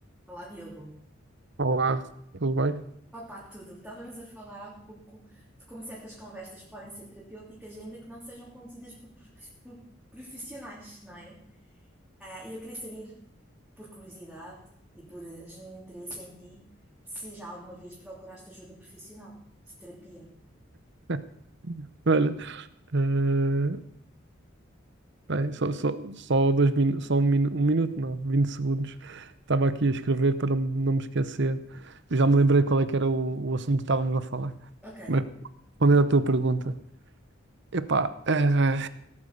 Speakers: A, in the centre; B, on the right.
A: Olá, Diogo.
B: Olá, tudo bem?
A: Opa, tudo. Estávamos a falar há pouco de como certas conversas podem ser terapêuticas, ainda que não sejam conduzidas por, por- por profissionais, não é? Ah, E eu queria saber, por curiosidade e por eh, genuíno interesse em ti, se já alguma vez procuraste ajuda profissional de terapia.
B: <laughs> Olha, eh, bem, só, só, só, dois minu só um, minu um minuto, não, 20 segundos. Estava aqui a escrever para não não me esquecer. Eu já me lembrei qual é que era o, o assunto que estávamos a falar.
A: Ok,
B: Mas respondendo à tua pergunta, epá, eh,